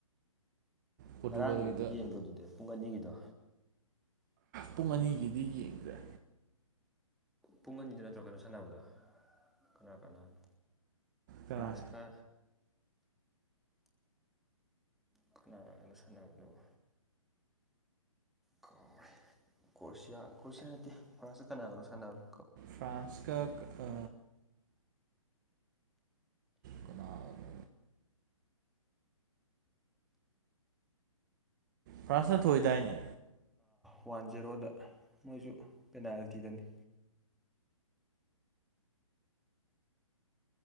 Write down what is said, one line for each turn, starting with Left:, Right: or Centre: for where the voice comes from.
Right: ꯄꯣꯔꯇꯨꯒꯜꯒꯤꯗ
Centre: ꯉꯔꯥꯡꯒꯤꯗꯨꯗꯤ ꯌꯦꯡꯕꯗꯨꯗꯤ ꯄꯨꯡ ꯑꯅꯤꯒꯤꯗꯣ
Right: ꯄꯨꯡ ꯑꯅꯤꯒꯤꯗꯤ ꯌꯦꯡꯗ꯭ꯔꯦ
Centre: ꯄꯨꯡ ꯑꯅꯤꯗ ꯅꯠꯇ꯭ꯔꯣ ꯀꯩꯅꯣ ꯁꯥꯟꯅꯕꯗ ꯀꯅꯥ ꯀꯅꯥꯅꯣ
Right: ꯀꯅꯥ
Centre: ꯐ꯭ꯔꯥꯟꯁꯀ ꯈꯨꯅꯥꯒꯅ ꯁꯥꯟꯅꯕꯗꯨꯕꯨ ꯀ ꯀꯁꯤꯌꯥ ꯀꯁꯤꯌꯥ ꯅꯠꯇꯦ ꯐꯁꯨ ꯀꯅꯥꯒꯅꯣ ꯁꯥꯟꯅꯕꯅꯦ
Right: ꯐ꯭ꯔꯥꯟꯁ ꯀ ꯀꯅꯥꯒꯅꯣ ꯐ꯭ꯔꯥꯟꯁꯅ ꯊꯣꯛꯣꯏꯏꯗꯥꯏꯅꯦ
Centre: ꯋꯥꯟ ꯖꯦꯔꯣꯗ ꯃꯣꯏꯁꯨ ꯄꯦꯅꯥꯜꯇꯤꯗꯅꯤ